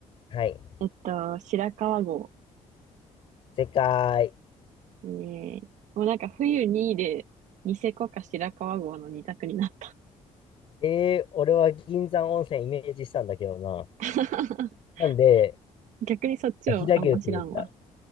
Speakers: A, on the left; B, on the right.
A: はい。
B: えっと、白川郷。
A: 世界。
B: えー、もうなんか冬2で、ニセコか白川郷の2択になった。
A: えー、俺は銀山温泉イメージしたんだけどな。
B: <laughs>
A: なんで、
B: 逆にそっちをあんま知らんわ。
A: あ、飛騨牛って言った。